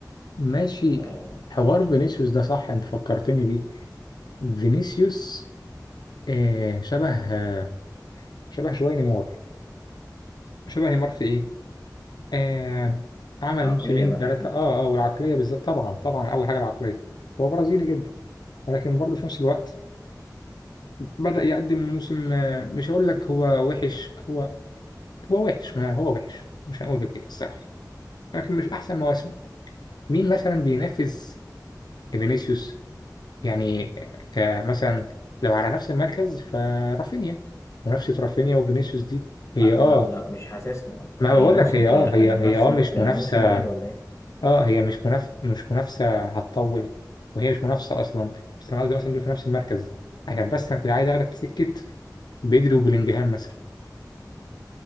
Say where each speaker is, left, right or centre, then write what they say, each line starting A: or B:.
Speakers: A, on the left; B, on the left.
A: ماشي
B: آه،
A: حوار فينيسيوس ده صح انت فكرتني بيه فينيسيوس آه شبه آه شبه شويه نيمار شبه نيمار في ايه؟ آه عمل
B: كعقليه
A: موسمين
B: بقى
A: ثلاثه
B: أكيد
A: اه اه والعقليه بالذات طبعا طبعا اول حاجه العقليه هو برازيلي جدا ولكن برضه في نفس الوقت بدأ يقدم موسم آه مش هقول لك هو وحش هو هو وحش ما هو وحش مش هنقول غير كده الصراحه لكن مش احسن مواسمه مين مثلا بينافس فينيسيوس يعني كمثلا لو على نفس المركز فرافينيا منافسه رافينيا وفينيسيوس دي هي
B: لا
A: اه
B: لا لا مش حاسسها
A: ما
B: هي
A: بقول
B: موسم
A: لك هي
B: هي
A: اه هي
B: هي منافسة
A: هي اه مش
B: موسم
A: منافسة
B: واحد ولا ايه؟
A: اه هي مش مناف مش منافسة هتطول وهي مش منافسة أصلا بس أنا قصدي مثلا دول في نفس المركز عشان بس أنا كنت عايز آخدك سكة بدري وبلينجهام مثلا